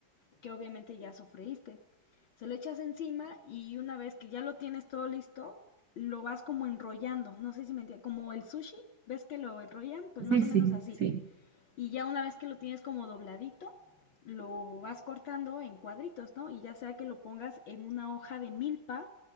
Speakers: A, on the left; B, on the right.
A: que obviamente ya sofreíste. Se lo echas encima y una vez que ya lo tienes todo listo, lo vas como enrollando. No sé si me entiendes, como el sushi, ¿ves que lo enrollan? Pues
B: Sí,
A: más o
B: sí,
A: menos así
B: sí.
A: y ya una vez que lo tienes como dobladito, lo vas cortando en cuadritos, ¿no? Y ya sea que lo pongas en una hoja de milpa,